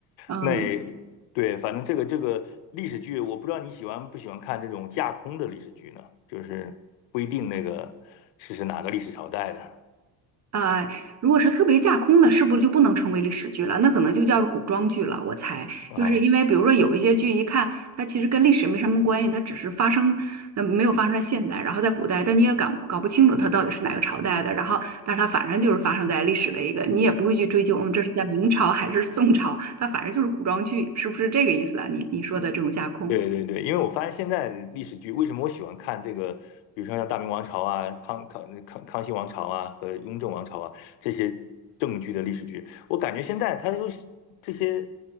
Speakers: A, on the right; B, on the left.
A: 嗯，
B: 那也对，反正这个这个历史剧，我不知道你喜欢不喜欢看这种架空的历史剧呢？就是不一定那个是是哪个历史朝代的
A: 呃，如果是特别架空的，是不是就不能称为历史剧了？那可能就叫古装剧了。我猜，
B: 啊、
A: 就是因为比如说有一些剧，一看它其实跟历史没什么关系，它只是发生，呃，没有发生在现代，然后在古代，但你也搞搞不清楚它到底是哪个朝代的。然后，但是它反正就是发生在历史的一个，你也不会去追究，嗯，这是在明朝还是宋朝，它反正就是古装剧，是不是这个意思啊？你你说的这种架空。
B: 对对对，因为我发现现在的历史剧，为什么我喜欢看这个，比如说像《大明王朝》啊、康康康康熙王朝啊和雍正王朝啊这些正剧的历史剧，我感觉现在它就是这些，